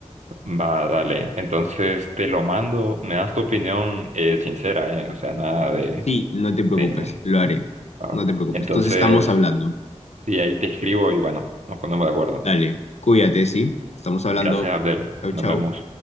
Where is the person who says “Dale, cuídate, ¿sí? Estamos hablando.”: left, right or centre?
Left